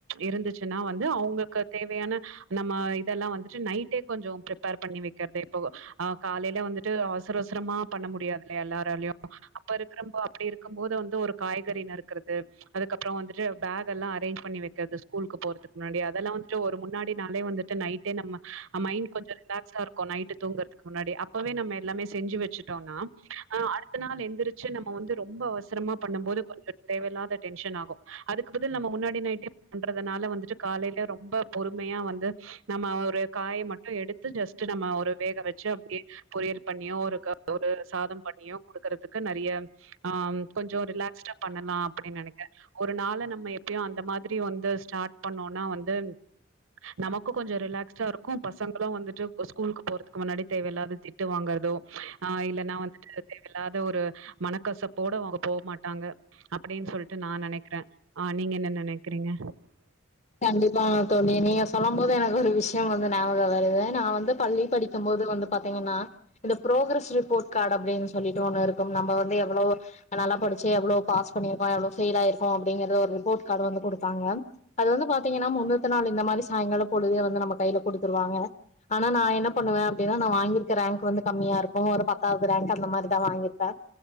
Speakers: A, on the right; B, on the left.
A: இருந்துச்சுனா வந்து அவங்க தேவையான நம்ம இதெல்லா வந்துட்டு நைட்டே கொஞ்ச ப்ரிப்பேர் பண்ணி வைக்கறது இப்போ ஆ காலைல வந்துட்டு அவசர அவசரமா பண்ண முடியாதுல்ல எல்லாராலயு அப்ப இருக்கிறப்போ அப்டி இருக்கும் போது வந்து ஒரு காய்கறி நருக்கறது அதுக்கப்புறோ வந்துட்டு பேக் எல்லா அரேஞ்ச் பண்ணி வைக்கற்து ஸ்கூலுக்கு போறதுக்கு முன்னாடி அதெல்லா வந்து ஒரு முன்னாடி நாளே வந்துட்டு நைட்டே நம்ம அ மைண்ட் கொஞ்ச ரிலாக்ஸா இருக்கு நைட்டு் தூங்கற துக் முன்னாடி அப்பவே நம்ம எல்லாமே செஞ்சி வச்சிட்டோனா அ அடுத்த நாள் எந்திரி ச்ச நம்ம வந்து ரொம்ப அவசரமா பண்ண போது கொஞ்ச தேவல்லாத டென்ஷன் ஆகு அதுக்கு பதில் நம்ம முன்னாடி நைட்டே பண்றதுனால வந்துட்டு காலைல ரொம்ப பொறுமையா வந்து நம்ம ஒரு காய மட்டு எடுத்து ஜஸ்ட் நம்ம ஒரு வேக வச்சு அப்டியே பொறியல் பண்ணியோ ஒரு க ஒரு சாதம் பண்ணியோ குடுக்கறதுக்கு நெறைய ஆ ம் கொஞ்ச ரிலாக்ஸ்டா பண்ணலா அப்டின் நெனைக்கற ஒரு நாள நம்ம எப்பயு அந்த மாதிரி வந்து ஸ்டாட் பண்ணோனா வந்து நமக்கு கொஞ்ச ரிலாக்ஸ்டா இருக் க்கு பசங்களு வந்துட்டு ஸ்கூலுக்கு போறதுக் கு முன்னாடி தேவையில்லாத திட்டு வாங்கறதோ ஆ இல்லனா வந்துட்டு தேவையில்லாத ஒரு மனக்கசப்போட அவுங்க போ மாட்டாங்க அப்டின் சொல்ட்டு நா நெனைக்ற ஆ நீங்க என்ன நெனைக்றீங்க
B: கண்டிப்பா தோழி நீங்க சொல்லு போது எனக்கு ஒரு விஷிய வந்து ஞாபக வருது நா வந்து பள்ளி படிக்கு போது வந்து பாத்தீங்கன்னா இந்த புரோக்ரஸ் ரிப்போட் காட் அப்டின் சொல்லிட்டு ஒண்ணு இருக்கும் நம்ப வந்து எவ்வளோ நல்லா படிச்சி எவ்ளோ பாஸ் பண்ணிருக்கோ எவ்ளோ ஃபெயில் ஆயிருகோ அப்டிங்கிறத ஒரு ரிப்போட் காடு வந்து குடுத்தாங்க அது வந்து பாத்தீங்கனா முன்னுத்து நாள் இந்த மாரி சாயங்கால பொழுதே வந்து நம்ம கைல குடுத்துருவாங்க ஆனா நா என்ன பண்ணுவே அப்டினா நா வாங்கிருக்க ரேங்க் வந்து கம்மியா இருக்கு ஒரு பத்தாவது ரேங்க் அந்த மாரிதா வாங்கிருப்பே